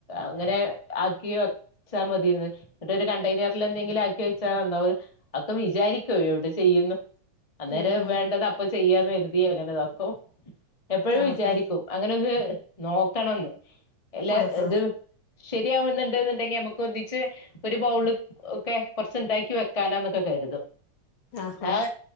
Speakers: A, on the left (about 70°); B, on the left (about 50°).
A: അങ്ങനെ ആക്കി വെച്ചാ മതിയെന്ന് ന്നട്ടൊരു കണ്ടെയ്നറിലെന്തെങ്കിലും ആ ക്കി വച്ചാ നന്നാവും അക്കെ വിചാരിക്കും എവിടെ ചെയ്യുന്നു അന്നേരം
B: ഉം ഉം
A: വേണ്ടത പ്പൊ ചെയ്യാന്ന് കരുതി അങ്ങനെതാക്കും എപ്പോഴും
B: ആഹാ
A: വിചാരിക്കും അങ്ങനെ ഒന്ന് നോക്കണംന്ന് എല്ലാ
B: ആഹാ
A: ഇത് ശരിയാവുന്നുണ്ട് ണ്ടെങ്കി നമുക്കൊന്നിച്ച് ഒരു ബൗള് ഒക്കെ കുറച്ച്ണ്ടാക്കി വെക്കാലന്നൊക്കെ കരുതും
B: ആഹാ
A: ആഹ്